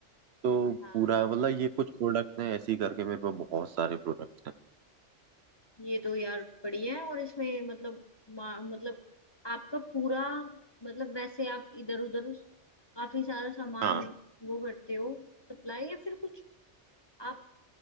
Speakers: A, on the right; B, on the left.
A: तो
B: हाँ
A: पूरा मतलब ये कुछ प्रोडक्ट्स हैं ऐसे ही करके मेरे पास बहुत सारे प्रोडक्ट्स हैं
B: ये तो यार बढ़िया है और इसमें मतलब मा, मतलब आपका पूरा मतलब वैसे आप इधर उधर काफी सारा सामान
A: हाँ
B: वो करते हो सप्लाई या फिर कुछ आप